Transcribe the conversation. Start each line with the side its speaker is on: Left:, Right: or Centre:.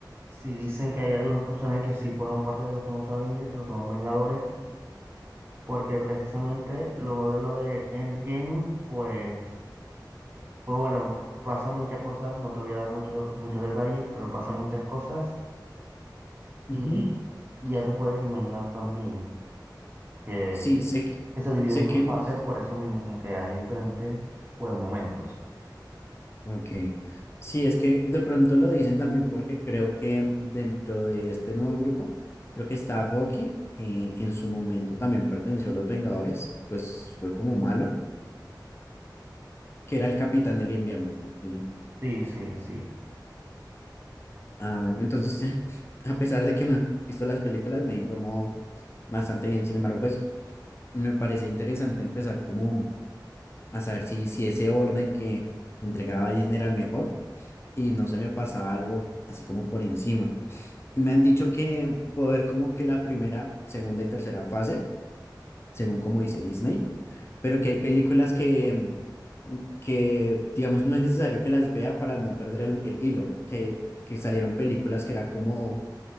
Right: sí dicen que hay algunos personajes que sí fueron parte de los nuevos Avengers, los nuevos Vengadores, porque precisamente luego de lo de Endgame, pues, pues bueno, pasan muchas cosas, no te voy a dar muchos, muchos detalles, pero pasan muchas cosas
Left: Ujú.
Right: Y y ya te puedes imaginar también que,
Left: Sí, sé, que-
Right: que se dividen
Left: sé
Right: por
Left: quién
Right: fases
Left: es.
Right: por eso mismo, como que hay diferentes pues, momentos.
Left: Ok. Sí, es que de pronto lo dicen también porque creo que dentro de este nuevo grupo, creo que está Bucky, que en su momento también perteneció a los Vengadores, pues fue como malo, que era el capitán del invierno, ¿no? Sí.
Right: Sí, sí, sí.
Left: Ah, bueno, entonces, sí, <laughs> a pesar de que no he visto las películas, me he informado bastante bien. Sin embargo, pues me parece interesante empezar como a saber si, si ese orden que entregaba Disney era el mejor y no se me pasaba algo así como por encima. Me han dicho que puedo ver como que la primera, segunda y tercera fase, según como dice Disney, pero que hay películas que, mm, que digamos, no es necesario que las vea para no perder el, el hilo, que, que salieron películas que era como